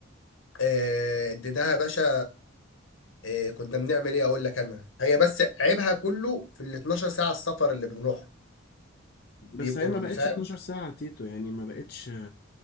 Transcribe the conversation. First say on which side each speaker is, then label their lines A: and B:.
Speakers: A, on the left; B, on the left.
A: آه، اديناها يا باشا آه، كنا بنعمل ايه اقول لك انا هي بس عيبها كله في ال 12 ساعة السفر اللي بنروح بيبقوا
B: بس هي ما
A: م-
B: بقتش
A: فاهم
B: 12 ساعة يا تيتو يعني ما بقتش